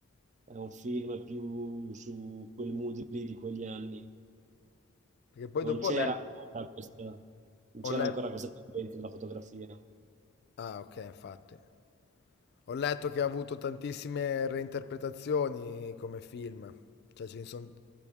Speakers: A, on the right; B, on the left.
A: è un film più su quel mood lì di quegli anni.
B: Perché poi
A: Non
B: dopo
A: c'era
B: ho le-
A: ancora questa, non
B: ho
A: c'era
B: letto.
A: ancora questa tendenza della fotografia.
B: Ah, ok, infatti. Ho letto che ha avuto tantissime reinterpretazioni come film, cioè ce ne sono